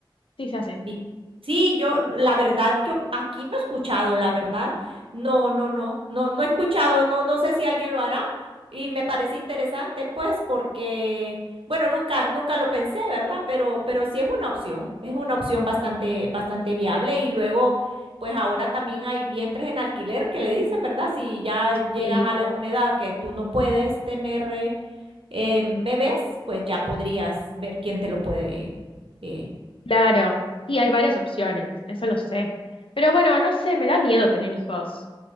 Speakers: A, on the left; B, on the right.
A: sí se hace.
B: Vi- Sí, yo, la verdad, yo aquí no he escuchado, la verdad. No, no, no, no, no he escuchado, no, no sé si alguien lo hará y me parece interesante, pues, porque, bueno, nunca, nunca lo pensé, ¿verdad? Pero, pero sí es una opción, es una opción bastante, bastante viable y luego, pues ahora también hay vientres en alquiler que le dicen, ¿verdad? Si ya llegas
A: Sí,
B: a la, una edad que tú no puedes tener eh, eh, bebés, pues ya podrías ver quién te lo puede. eh,
A: claro. Sí, hay
B: Ujú.
A: varias opciones, eso lo sé. Pero bueno, no sé, me da miedo tener hijos.